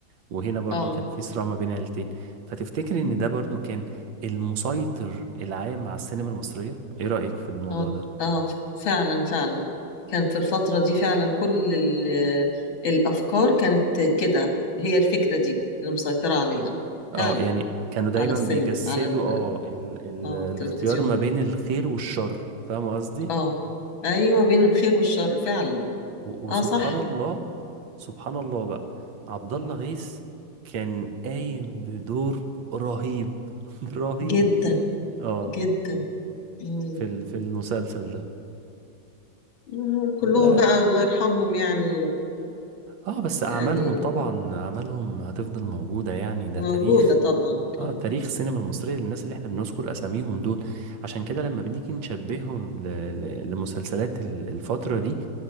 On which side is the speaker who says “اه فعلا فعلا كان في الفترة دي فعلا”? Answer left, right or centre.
Left